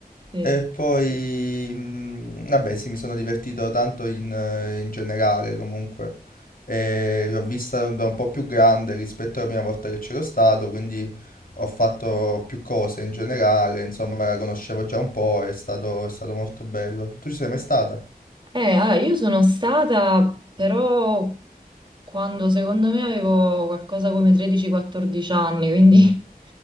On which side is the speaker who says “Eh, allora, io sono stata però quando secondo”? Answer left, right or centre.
Right